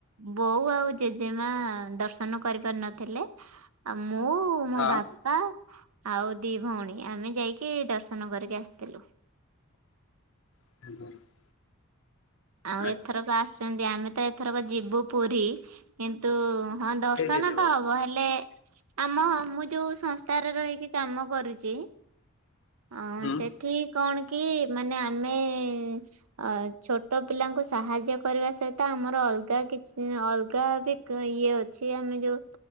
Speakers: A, on the right (about 85°); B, on the left (about 60°).
A: ବୋଉ ଆଉ ଜେଜେମା ଦର୍ଶନ କରିପାର ନଥିଲେ ଆଉ ମୁଁ ମୋ
B: ହଁ ହଁ।
A: ବା ପା ଆଉ ଦି ଭଉଣୀ ଆମେ ଯାଇକି ଦର୍ଶନ କରିକି ଆସିଥିଲୁ।
B: <inaudible>
A: ଆଉ
B: ଆଚ୍ଛା
A: ଏଥରକ ଆସିଛନ୍ତି ଆମେ ତ ଏଥରକ ଯିବୁ ପୁରୀ। କିନ୍ତୁ ହଁ ଦର୍ଶନ
B: କିଏ କିଏ ଯିବ
A: ତ ହବ ହେଲେ ଆମ ମୁଁ ଯୋଉ ସଂସ୍ଥାରେ ରହିକି କାମ କରୁଚି। ଅ
B: ହୁଁ ହୁଁ
A: ସେଠି
B: ହୁଁ।
A: କଣ କି ମାନେ ଆମେ ଅ ଛୋ ଛୋଟ ପିଲାଙ୍କୁ ସାହାଯ୍ୟ କରିବା ସହିତ ଆମର ଅଲଗା କିଛି ଅଲଗା ବି ଇଏ ଅ ଛି ଆମେ ଯୋଉ